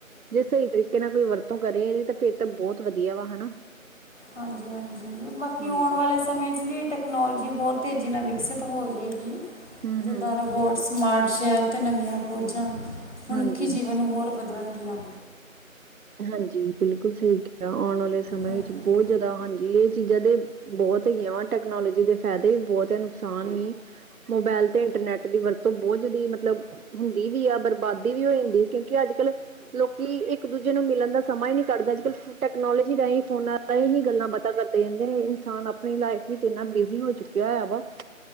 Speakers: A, on the right; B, on the left.
A: ਜੇ ਸਹੀ ਤਰੀਕੇ ਨਾਲ ਕੋਈ ਵਰਤੋਂ ਕਰੇ ਤੇ ਫੇਰ ਤੇ ਬੋਹਤ ਵਧੀਆ ਵਾ, ਹੈਨਾ।
B: ਹਾਂਜੀ ਹਾਂਜੀ ਬਾਕੀ
A: ਹਾਂਜੀ
B: ਆਉਣ ਵਾਲੇ ਸਮੇਂ ਚ ਵੀ ਏਹ ਟੇਕ ਟੈਕਨੋਲਜੀ ਹੋਰ ਤੇਜ਼ੀ ਨਾਲ ਵਿਕਸਿਤ ਹੋਜੇਗੀ।
A: ਹੂੰ
B: ਜਿੱਦਾਂ
A: ਹੂੰ
B: ਰੋਬੋਟਸ, ਸਮਾਰਟ ਸ਼ਹਰ ਤੇ ਨਵੀਆਂ ਖੋਜਾਂ ਮਨੁੱਖੀ
A: ਹਾਂਜੀ।
B: ਜੀਵਨ ਨੂੰ ਹੋਰ ਬਦਲਨ ਗੀਆਂ।
A: ਹਾਂਜੀ ਬਿਲਕੁਲ ਸਹੀ ਕਿਹਾ। ਆਨ ਵਾਲੇ ਸਮੇਂ
B: ਹਾਂਜੀ
A: ਵਿੱਚ ਬੋਹਤ ਜਾਦਾ ਹਾਂਜੀ ਏਹ ਚੀਜਾ ਦੇ ਬੋਤ ਹੈਗੀਆਂ ਵਾ ਟੈਕਨੋਲਜੀ ਦੇ ਫੈਦੇ ਬੋਤ ਐ, ਨੁਕਸਾਨ ਵੀ। ਮੋਬੈਲ ਤੇ ਇੰਟਰਨੈਟ ਦੀ ਵਰਤੋਂ ਬੋਤ ਜਾਦੀ ਏ ਮਤਲਬ ਹੁੰਦੀ ਵੀ ਐ, ਬਰਬਾਦੀ ਵੀ ਹੋ ਜਾਂਦੀ, ਕਿਉਂਕਿ ਅੱਜ-ਕੱਲ ਲੋਕੀ ਇੱਕ ਦੂ ਜੇ ਨੂੰ ਮਿਲਨ ਦਾ ਸਮਾਂ ਈ ਨੀ ਕਡਦਾ ਅੱਜ-ਕੱਲ ਟੈਕਨੋਲੋਜੀ ਰਾਈ, ਫੋਨਾਂ ਰਾਈ ਹੀ ਗੱਲਾਂ-ਬਾਤਾਂ ਕਰਦੇ ਰੈਂਦੇ ਨੇ ਇਨਸਾਨ ਆਪਣੀ ਲਾਈਫ ਵਿੱਚ ਏਨਾ ਬਿਜ਼ੀ ਹੋ ਚੁੱਕ ਵਿਆਵਾ ਹੋਇਆ ਵਾ